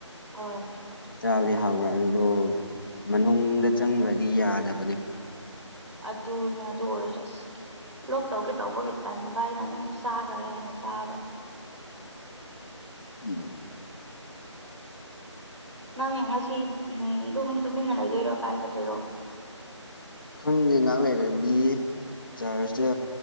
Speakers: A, on the right; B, on the left.
A: ꯍꯣꯏ
B: ꯆꯥꯕꯗꯤ ꯍꯥꯎꯕꯔꯥ ꯑꯗꯨꯗꯣ ꯃꯅꯨꯡꯗ ꯆꯪꯈ꯭ꯔꯗꯤ ꯌꯥꯗꯕꯅꯤ
A: ꯑꯗꯨꯅꯦ ꯑꯗꯨ ꯑꯣꯏꯔꯁꯨ ꯂꯣꯛꯇꯧꯒꯦ ꯇꯧꯕꯒꯤ ꯇꯟꯕ ꯑꯩꯅ ꯑꯗꯨꯝ ꯆꯥꯈ꯭ꯔꯦ ꯍꯥꯏꯅ ꯆꯥꯕ
B: ꯎꯝ
A: ꯅꯪ ꯉꯁꯤ ꯇꯨꯃꯤꯟꯅ ꯂꯩꯗꯣꯏꯔꯣ ꯀꯥꯏ ꯆꯠꯇꯣꯏꯔꯣ
B: ꯈꯪꯗꯦ ꯉꯥꯏꯍꯥꯛ ꯂꯩꯔꯗꯤ ꯆꯥꯔꯖꯁꯦ